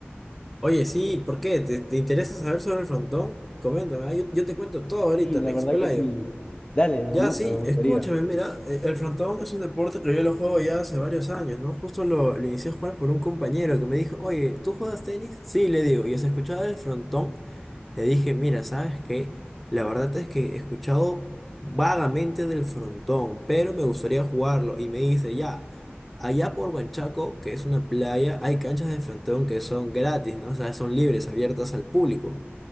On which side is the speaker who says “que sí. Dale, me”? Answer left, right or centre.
Left